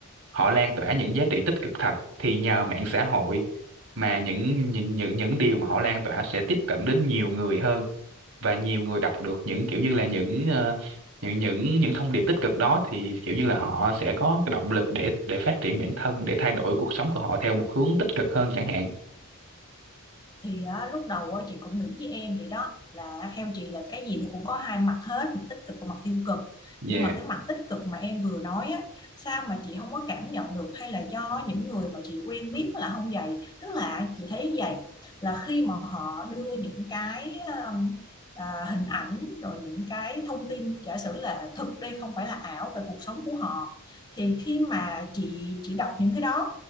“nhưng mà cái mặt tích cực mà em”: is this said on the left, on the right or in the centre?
Left